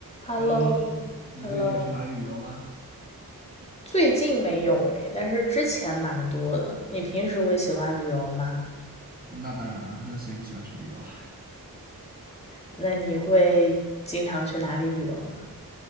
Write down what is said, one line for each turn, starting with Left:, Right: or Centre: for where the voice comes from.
Left: Hello，Hello，
Right: Hello，你最近有去哪里旅游吗？
Left: 最近没有诶，但是之前蛮多的。你平时会喜欢旅游吗？
Right: 那当然啊，那谁不喜欢去旅游啊？
Left: 那你会经常去哪里旅游呢？